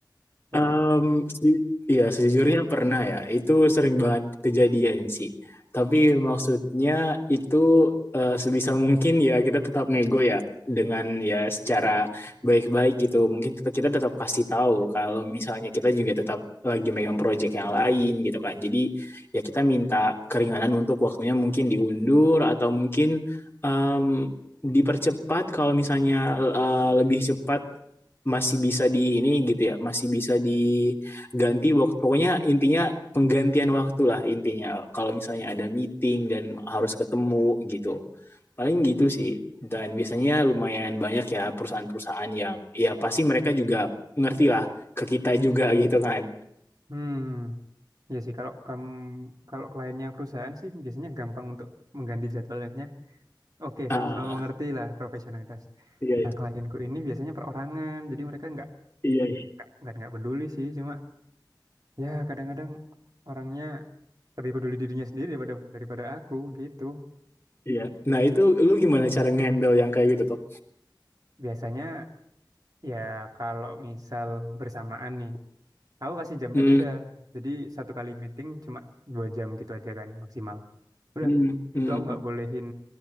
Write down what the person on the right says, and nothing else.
Soalnya,
hmm, ya sih kalau kamu kalau kliennya perusahaan sih biasanya gampang untuk mengganti jadwalnya. Oke,
sama-sama mengerti lah profesionalitas.
Nah,
klienku ini biasanya perorangan, jadi mereka nggak
nggak nggak nggak peduli sih, cuma ya kadang-kadang orangnya lebih peduli dirinya sendiri daripada daripada aku gitu
biasanya Ya, kalau misal bersamaan nih, aku kasih jamnya
beda. Jadi satu kali meeting cuma dua jam gitu aja kan maksimal. Udah,
itu aku nggak bolehin